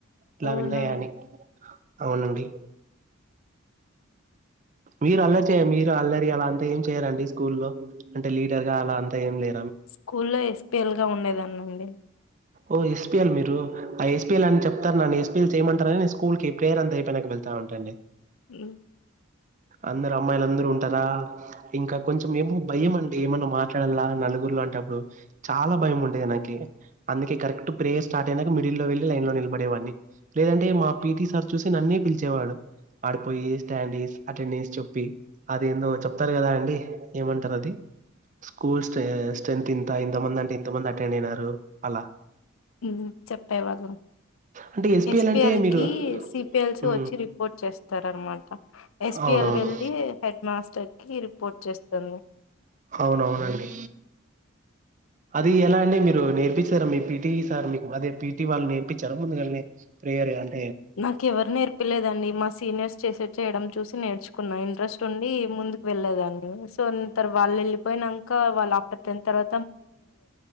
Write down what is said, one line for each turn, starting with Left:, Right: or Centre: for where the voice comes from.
Right: ట్లవిందయని
Left: అవునా
Right: అవునండి మీరు అల్లరి చేయ మీరు అల్లరి అలా అంత ఏం చేయారండి స్కూల్లో అంటే లీడర్ గా అలా అంత ఏం లే
Left: స్కూల్లో ఎస పేల్గా ఉండేదన్నండి
Right: ఓ ఎస్పిఎల్ మీరు ఆ ఎస్పీఎల్ అని చెప్తారు నన్ను ఎస్పిఎల్ చేయమంటారని నేను స్కూల్ కి ప్రేయర్ అంత అయిపోయినాక వెళ్తా అంటండి
Left: ఉమ్
Right: అందరు అమ్మాయిలు అందరూ ఉంటారా ఇంకా కొంచెం ఏమో భయం అండి ఏమన్నా మాట్లాడాలలా నలుగురిలో అంటే అప్పుడు చాలా భయం ఉండేది నాకి అందుకే కరెక్ట్ ప్రేయర్ స్టార్ట్ అయినాక మిడిల్లో వెళ్ళి లైన్ లో నిలబడే వాడిని లేదంటే మా పిటి సార్ చూసి నన్నే పిలిచేవాడు ఆడిపోయి స్టాడ్స్ అటెండెస్ చెప్పి అది ఏందో చెప్తారు కదా అండి ఏమంటారు అది స్కూల్ స్ట్రెంత ఇంతంతమంది అంటే ఇంతమంది అటెండ్ అయినారు అలా.
Left: ఉమ్ చెప్పేవాళ్ళం
Right: అంటే ఎస్‌పీఎల్
Left: ఎస్పిఎల్
Right: అంటే మీరు
Left: కి సిపిఎల్సి
Right: హ్మ్
Left: వచ్చి రిపోర్ట్ చేస్తార అనమాట ఎస్పిఎల్
Right: అవునవును
Left: వెళ్ళి హెడ్ మాస్టర్ కి రిపోర్ట్ చేస్తంది
Right: అవునవునండి అది ఎలా అండి మీరు నేర్పిించారా మీ పిటీ సార్ మీకు అదే పిటీ వాళ్ళు నేర్పించార ముందుగాల్నే ప్రేయర్ అ
Left: నాకు ఎవరు నేర్పలేదండి మా సీనియర్స్ చేసే చేయడం చూసి నేర్చుకున్నా ఇంట్రెస్ట్ ఉండి ముందు వెళ్ళలేదాన్ని సో తర్వా వాళ్ళు వెళ్ళిపోయినంక వాళ్ళ ఆఫ్టర్ టెన్త్ తర్వా